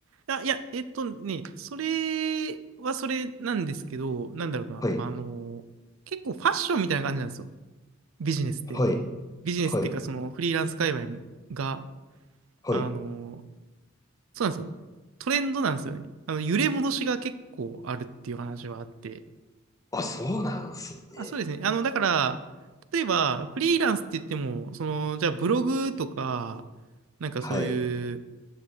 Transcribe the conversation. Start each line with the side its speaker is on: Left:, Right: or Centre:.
Right: あ、いや、えっとね、それはそれなんですけど、なんだろうな、
Left: はい、
Right: あの、結構ファッションみたいな感じなんですよ。ビジネスって。
Left: はい、
Right: ビジネスっていうか、
Left: はい、
Right: そのフリーランス界隈が、
Left: はい。
Right: あの、そうなんですよ。トレンドなんですよね。あの、揺れ戻しが結構あるっていう話はあって。
Left: あ、そうなんすね。
Right: あ、そうですね。あの、だから、例えば、フリーランスって言っても、その、じゃあブログとか、なんかそういう、
Left: はい。